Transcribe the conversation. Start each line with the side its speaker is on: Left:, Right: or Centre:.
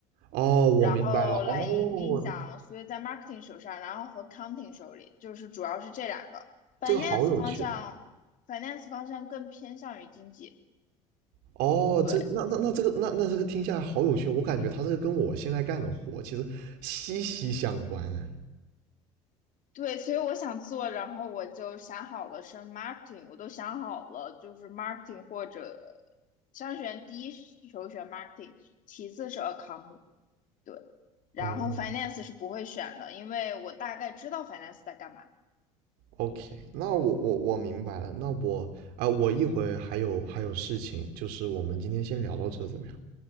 Right: 哦，我明白了，
Left: 然后来影影响，
Right: 哦，
Left: 所以在 marketing 手上，然后和 counting 手里，就是主要是这两个。finance
Right: 这个好有趣啊，
Left: 方向，finance 方向更偏向于经济，
Right: 哦，
Left: 对
Right: 这那那那这个那那这个听下来好有趣，我感觉它这个跟我现在干的活其实息息相关哎
Left: 对，所以我想做，然后我就想好了是 marketing，我都想好了，就是 marketing 或者商选第一首选 marketing，其次是 accounting，对，然后
Right: 哦，
Left: finance 是不会选的，因为我大概知道 finance 在干嘛。
Right: OK，那我我我明白了。那我啊、我一会还有还有事情，就是我们今天先聊到这怎么样？